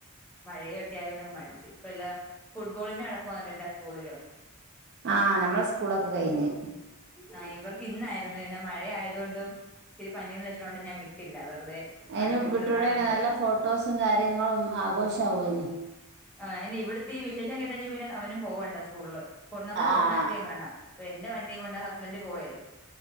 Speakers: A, in the centre; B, on the right.
A: മഴയൊക്കെ ആയതുകൊണ്ടങ്ങു മടിച്ചു ഇപ്പ എല്ലാ ഫുട്ബോളിന്റെ നടക്കുവാണെല്ലാ സ്കൂളിലും
B: ആ നമ്മളെ സ്കൂളൊക്കെ കഴിഞ്ഞ്.
A: ആ ഇവർക്ക് ഇന്നായിരുന്നു പിന്നെ മഴ ആയതുകൊണ്ടും ഇച്ചിരെ പനീടെ ലക്ഷണം കൊണ്ടും ഞാൻ വിട്ടില്ല, വെറുതെ
B: അതിനെ
A: പനി കൂട്ടണ്ടാന്ന്
B: വിട്ടൂടാരുന്നോ
A: വിചാരിച്ചു
B: നല്ല ഫോട്ടോസും കാര്യങ്ങളും ആഘോഷാവും അയിന്.
A: ആ ഇനി ഇവിടുത്തെ ഈ വിശേഷം കേട്ടഴിഞ്ഞൽ പിന്നെ അവനും പോവണ്ട സ്കൂളില് കൊ നമ്മള്
B: ആഹ്
A: കൊണ്ടാക്കുവേം വേണം. ഇപ്പെന്റെ വണ്ടീം കൊണ്ടാ ഹസ്ബന്റ് പോയത്.